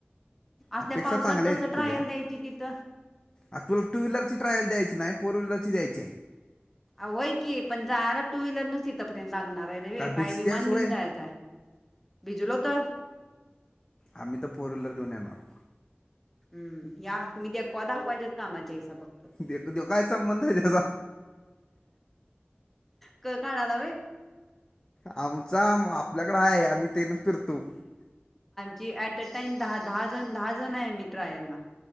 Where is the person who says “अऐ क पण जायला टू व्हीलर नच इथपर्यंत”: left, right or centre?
Centre